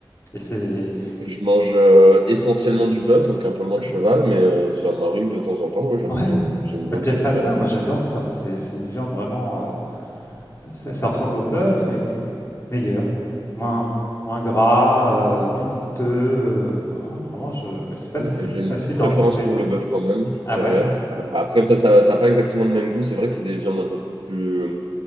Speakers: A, on the left; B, on the right.
A: Et c'est...
B: Je mange euh, essentiellement du bœuf, donc un peu moins
A: Ouais.
B: de cheval, mais euh, ça m'arrive de temps en temps. ouais, j'aime
A: Ouais.
B: bien- c'est une
A: Toi,
B: viande
A: T'aimes
B: que j'aime
A: pas
B: bien,
A: ça?
B: effectivement.
A: Moi, j'adore ça. C'est c'est une viande vraiment... euh, ça, ça ressemble au bœuf, mais meilleur. Moins, moins gras, euh, plus goûteux. euh, vraiment, je... Mais c'est pas
B: Ok,
A: si fa-
B: j'ai une
A: facile
B: petite préférence
A: d'en trouver.
B: pour le bœuf quand même, je
A: Ah ouais?
B: dirais. Euh, après, ça, ça, ça a pas exactement le même goût. C'est vrai que c'est des viandes un peu plus, plus, euh,